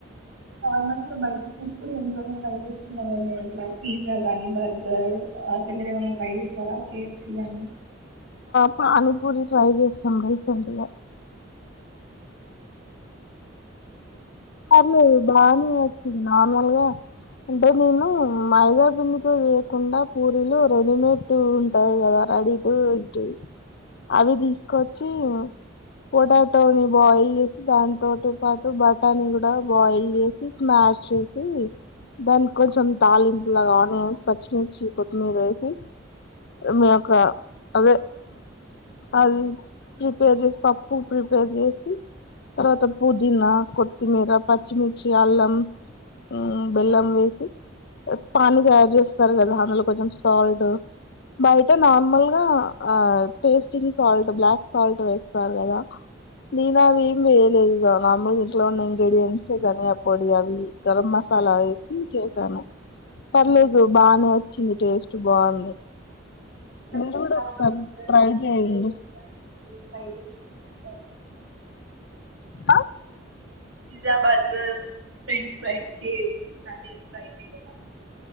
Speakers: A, on the right (about 70°); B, on the left (about 60°).
A: నార్మల్ గా బయటి ఫుడ్ కూడా ఇంట్లోనే ట్రై చేసుకునే <unintelligible> పిజ్జాగానీ బర్గర్ అట్ల మీరు ఏమైనా ట్రై చేస్తరా కే ఫ్ సి కానీ
B: పానీపూరి ట్రై చేస్తాం రీసెంట్ల పర్లేదు బానే వచ్చింది నార్మల్గా అంటే నేను మైదా పిండితో వేయకుండా పూరీలు రెడీమేడ్ ఉంటాయి కదా రెడీ <unintelligible> అవి తీసుకొచ్చి పొటాటోని బాయిల్ చేసి దాంతోటి పాటు బ దాని కూడా బాయిల్ చేసి స్మాష్ చేసి దానికి కొంచెం తాలింపు లాగా ఆనియన్స్ పచ్చిమిర్చి కొత్తిమీర వేసి మీ యొక్క అదే అది ప్రిపేర్ చేసి పప్పు ప్రిపేర్ చేసి తర్వాత పుదీనా కొత్తిమీర పచ్చిమిర్చి అల్లం మ్మ్ బెల్లం వేసి పానీ తయారు చేస్తారు కదా అందులో కొంచెం సాల్ట్ బయట నార్మల్గా ఆ టేస్టింగ్ సాల్ట్ బ్లాక్ సాల్ట్ వేస్తారు కదా నేను అవేం వేయలేదు నార్మల్ ఇంట్లో ఉన్న ఇంగ్రీడియంంట్స్ ధనియా పొడి అవి గరం మసాలా వేసి చేసాను పర్లేదు బానే వచ్చింది టేస్ట్ బాగుంది
A: <inaudible>
B: మీరు కూడా ఒకసారి ట్రై చేయండి
A: ఫ్రైస్
B: ఆ
A: pizza burger french fries cakes ఇట్లాంటివి ట్రై చేయలేదా